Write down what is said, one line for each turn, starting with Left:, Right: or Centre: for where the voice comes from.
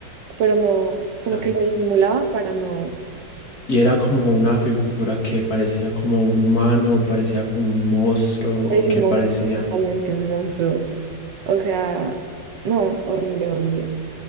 Right: pero no, como
Left: No.
Right: que lo disimulaba para no.
Left: Y era como una figura que parecía como un humano, parecía como un monstruo o
Right: Parece
Left: que
Right: un monstruo,
Left: parecía.
Right: totalmente un monstruo. O sea, no, horrible, horrible.